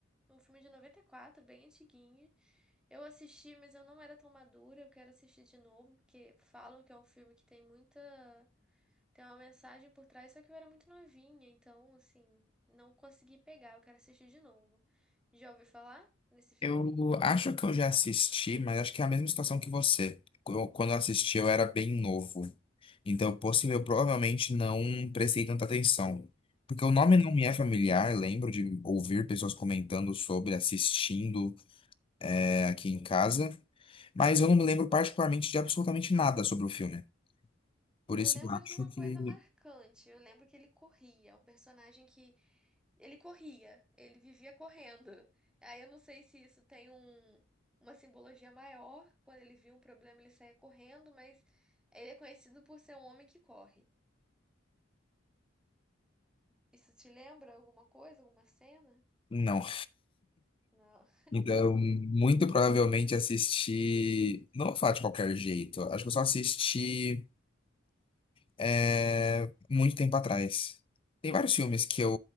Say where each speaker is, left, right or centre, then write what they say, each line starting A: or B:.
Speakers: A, in the centre; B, on the left.
A: Um filme de noventa e quatro bem antiguinho. Eu assisti, mas eu não era tão madura, eu quero assistir de novo, porque falam que é um filme que tem muita. Tem uma mensagem por trás, só que eu era muito novinha, então, assim, não consegui pegar, eu quero assistir de novo. Já ouviu falar nesse filme?
B: Eu acho que eu já assisti, mas acho que é a mesma situação que você. Eu- quando eu assisti, eu era bem novo. Então, possível, eu provavelmente não prestei tanta atenção. Porque o nome
A: Uhum.
B: não me é familiar, lembro de ouvir pessoas comentando sobre, assistindo. é, aqui em casa, mas eu não me lembro particularmente de absolutamente nada sobre o filme. Por
A: Eu
B: isso
A: lembro
B: eu acho
A: de uma
B: que
A: coisa marcante. Eu lembro que ele corria, um personagem que ele corria, ele vivia correndo. Aí eu não sei se isso tem um- uma simbologia maior, quando ele via um problema ele saía correndo, mas ele é conhecido por ser um homem que corre. Isso te lembra alguma coisa, alguma cena?
B: não.
A: Não, <laughs>
B: Então, muito provavelmente assisti. Não vou falar de qualquer jeito. Acho que eu só assisti é, muito tempo atrás. Tem vários filmes que eu